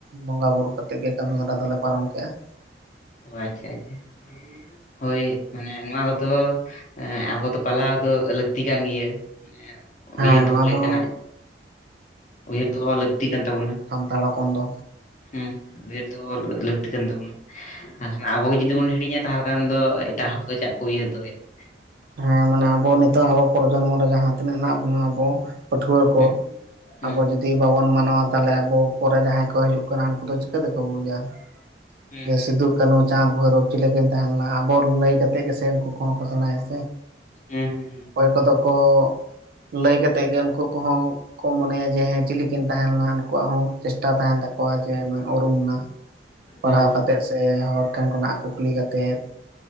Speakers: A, on the right; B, on the left.
A: ᱵᱚᱸᱜᱟ ᱵᱩᱨᱩ ᱠᱟᱛᱮᱫ ᱜᱮ ᱠᱟᱹᱢᱤ ᱦᱚᱨᱟ ᱫᱚᱞᱮ ᱯᱟᱨᱚᱢ ᱠᱮᱜᱼᱟ ᱾
B: ᱚ ᱟᱪᱪᱷᱟ ᱟᱪᱪᱷᱟ, ᱦᱳᱭ ᱢᱟᱱᱮ ᱱᱚᱣᱟ ᱠᱚᱫᱚ ᱦᱮᱸ ᱟᱵᱚ ᱫᱚ ᱯᱟᱞᱟᱣ ᱫᱚ ᱞᱟᱹᱠᱛᱤ ᱠᱟᱱ ᱜᱮᱭᱟ, ᱢᱟᱱᱮ
A: ᱦᱮᱸ
B: ᱩᱭᱦᱟᱹᱨ
A: ᱱᱚᱣᱟ
B: ᱫᱚᱦᱚ ᱞᱮᱠᱟᱱᱟᱜ
A: ᱫᱚ
B: ᱩᱭᱦᱟᱹᱨ ᱫᱚᱦᱚ ᱞᱟᱹᱠᱛᱤ ᱠᱟᱱ ᱛᱟᱵᱚᱱᱟ ᱾
A: ᱛᱟᱲᱟ ᱠᱚᱱ ᱫᱚ
B: ᱦᱩᱸ, ᱩᱭᱦᱟᱹᱨ ᱫᱚᱦᱚ ᱞᱟᱹᱠᱛᱤ ᱠᱟᱱ ᱛᱟᱵᱚᱱᱟ, ᱮᱠᱷᱟᱱ ᱟᱵᱚᱜᱮ ᱡᱩᱫᱤ ᱵᱚᱱ ᱦᱤᱲᱤᱧᱟ, ᱛᱟᱦᱚᱞᱮ ᱠᱷᱟᱱ ᱫᱚ ᱮᱴᱟᱜ ᱦᱚᱲ ᱫᱚ ᱪᱟᱜ ᱠᱚ ᱩᱭᱦᱟᱹᱨ ᱫᱚᱦᱭᱟ ᱾
A: ᱦᱮᱸ ᱢᱟᱱᱮ ᱟᱵᱚ ᱱᱤᱛᱚᱜ ᱟᱵᱚ ᱯᱨᱚᱡᱚᱱᱢᱚ ᱨᱮ ᱡᱟᱦᱟᱸ ᱛᱤᱱᱟᱹᱜ ᱦᱮᱱᱟᱜ ᱵᱚᱱᱟ ᱟᱵᱚ ᱯᱟᱹᱴᱷᱩᱣᱟᱹ ᱠᱚ,
B: ᱦᱮᱸ ᱦᱮᱸ
A: ᱟᱵᱚ ᱡᱩᱫᱤ ᱵᱟᱵᱚᱱ ᱢᱟᱱᱟᱣᱟ ᱛᱟᱦᱚᱞᱮ ᱟᱵᱚ ᱯᱚᱨᱮ ᱡᱟᱦᱟᱸᱭ ᱠᱚ ᱦᱤᱡᱩᱜ ᱠᱟᱱᱟ ᱩᱱᱠᱩ ᱫᱚ ᱪᱤ ᱠᱟᱹ ᱛᱮᱠᱚ ᱵᱩᱡᱟ
B: ᱦᱮᱸ
A: ᱡᱮ ᱥᱤᱫᱩ ᱠᱟᱺᱦᱩ ᱪᱟᱸᱫᱽ ᱵᱷᱳᱭᱨᱳᱵᱽ ᱪᱮᱞᱮ ᱠᱤᱱ ᱛᱟᱦᱮᱸ ᱞᱮᱱᱟ? ᱟᱵᱚ ᱞᱟᱹᱭ ᱠᱟᱛᱮᱫ ᱜᱮ ᱥᱮ ᱩᱱᱠᱩ ᱠᱚᱦᱚᱸ ᱠᱚ ᱥᱮᱬᱟᱭᱟ ᱥᱮ ᱾
B: ᱦᱮᱸ ᱦᱮᱸ ᱦᱮᱸ
A: ᱚᱠᱚᱭ ᱠᱚᱫᱚ ᱠᱚ ᱞᱟᱹᱭ ᱠᱟᱛᱮᱜ ᱜᱮ ᱩᱱᱠᱩ ᱠᱚᱦᱚᱸ ᱠᱚ ᱢᱚᱱᱮᱭᱟ ᱡᱮ ᱦᱮᱸ ᱪᱤᱞᱤᱠᱤᱱ ᱛᱟᱦᱮᱸ ᱞᱮᱱᱟ ᱩᱱᱠᱩᱣᱟᱜ ᱦᱚᱸ ᱪᱮᱥᱴᱟ ᱛᱟᱦᱮᱱ ᱛᱟ ᱠᱚᱣᱟ ᱡᱮ ᱱᱩᱭ ᱩᱨᱩᱢ ᱱᱟ, ᱯᱟᱲᱦᱟᱣ
B: ᱦᱮᱸ
A: ᱠᱟᱛᱮᱫ ᱥᱮ ᱦᱚᱲ ᱴᱷᱮᱱ ᱠᱷᱚᱱᱟᱜ ᱠᱩᱠᱞᱤ ᱠᱟᱛᱮᱫ ᱾